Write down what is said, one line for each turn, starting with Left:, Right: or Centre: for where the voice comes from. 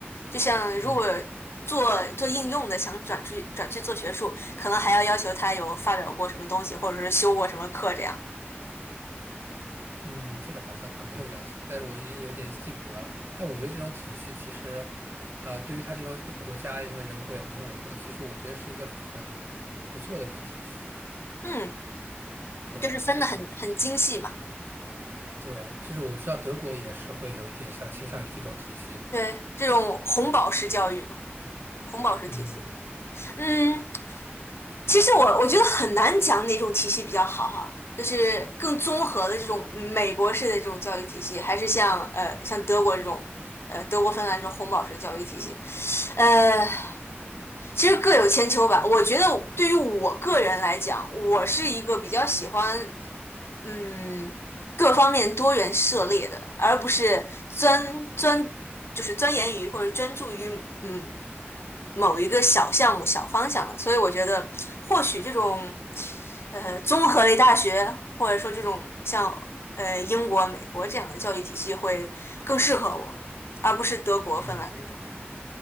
Left: 就像如果
Right: 嗯。
Left: 做做应用的，想转去转去做学术，可能还要要求他有发表过什么东西，或者是修过什么课这样。
Right: 嗯，这个好像他没有要求，但是我已经有点记不得了。但我觉得这种体系其实，呃，对于他这种国家，因为人口也不是很多，其实我觉得是一个很不错的一个体系。
Left: 嗯，
Right: 对，
Left: 就是分的很很精细嘛。
Right: 就是对，就是我知道德国也是会有一点像倾向于这种体系。
Left: 对，这种红宝石教育嘛，红宝石体系嘛
Right: 嗯
Left: 嗯，其实我我觉得很难讲哪种体系比较好哈。就是更综合的这种美国式的这种教育体系，还是像呃像德国这种呃德国芬兰这种红宝石教育体系，呃。其实各有千秋吧。我觉得对于我个人来讲，我是一个比较喜欢嗯各方面多元涉猎的，而不是钻钻就是钻研于或者专注于嗯某一个小项目、小方向的。所以我觉得，或许这种呃综合类大学，或者说这种像呃英国、美国这样的教育体系会更适合我，而不是德国、
Right: 嗯
Left: 芬兰那种。